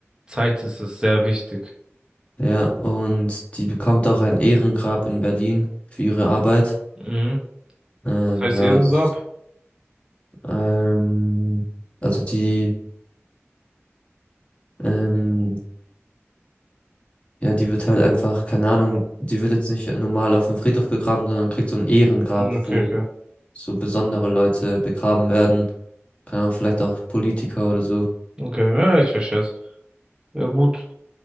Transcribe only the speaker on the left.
Ja, und die bekommt auch ein Ehrengrab in Berlin für ihre Arbeit.
Ähm,
ja,
das, ähm, also die, ähm, ja, die wird halt einfach, keine Ahnung, die wird jetzt nicht normal auf dem Friedhof begraben, sondern kriegt so ein Ehrengrab,
wo
so besondere Leute begraben werden. Keine Ahnung, vielleicht auch Politiker oder so.